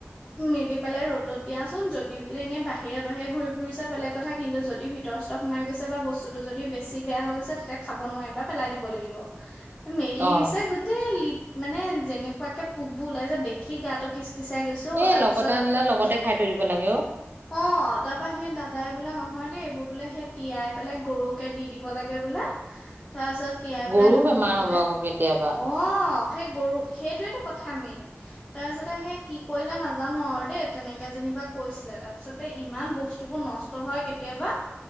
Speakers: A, on the left (about 20°); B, on the right (about 45°).
A: মেলি পেলাই ৰ'দত দিয়াচোন যদি বোলে এনেই বাহিৰে বাহিৰে ঘূৰি ফুৰিছা বেলেগ কথা কিন্তু যদি ভিতৰ ভৰ ষ্টক সমাই গৈছে বা বস্তুতটো যদি বেছি বেয়া হৈ গৈছে তেতিয়া খাব নোৱাৰিব পেলাই দিব লাগিব। মেলি
B: অ
A: নিচা গোটেই লি মানে যেনেকুৱাকে পোকবোৰ ওলাই যে দেখি গাটো কি পিচাই গৈছো
B: এই
A: তাৰপিছত
B: লগতে আনিলে লগতে খাই থৈ দিব লাগে অ
A: অ তাৰপা সেই দাদাই বোলে নহয় দেই এইবোৰ বোলে সেই তিয়াই পেলাই গৰুকে দি দিব লাগে বোলে তাৰ পিছত তিয়াই
B: গৰুও
A: পেলাই ধুই
B: বেমাৰ
A: ভালকে
B: হ'ব আকৌ কেতিয়াবা
A: অ সেই গৰু সেইটোৱেটো কথা মেইন তাৰ পিছতে সেই কি কৰিলে নাজানো আৰু দেই তেনেকে যেনিবা কৈছিলে তাৰ পিছতে ইমান বস্তুবোৰ নষ্ট হয় কেতিয়াবা